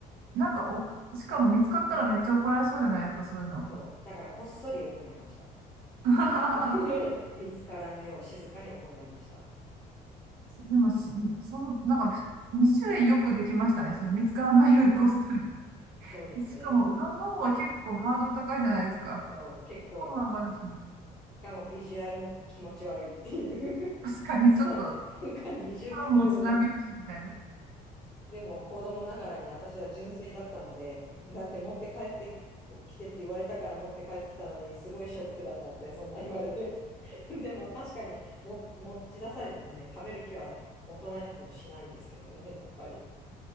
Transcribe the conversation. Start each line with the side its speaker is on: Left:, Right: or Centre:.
Right: なんかお、しかも見つかったらめっちゃ怒られそうじゃないですか、そういうの。
Left: そう。だからこっそり行いました。
Right: <laughs>
Left: <laughs> 見つからぬよう静かに行いました。
Right: でもし、その、なんか、2種類よくできましたね。その見つからないよりこっそり。
Left: そうですね。
Right: しかも、うどんの方は結構ハードル高いじゃないですか。
Left: そう、結構、
Right: パンも余るし、
Left: しかもビジュアルも気持ち悪いっていう
Right: 確かにちょっと、
Left: <laughs> そう、なんか二重苦のように。
Right: パンもつなびるし、みたいな。
Left: でも子供ながらに私は純粋だったので、だって持って帰ってきてって言われたから持って帰ってきたのに、すごいショックだと思って、そんな言われて。<laughs> でも確かにも持ち出されてもね、食べる気は大人になってもしないですけどね、やっぱり。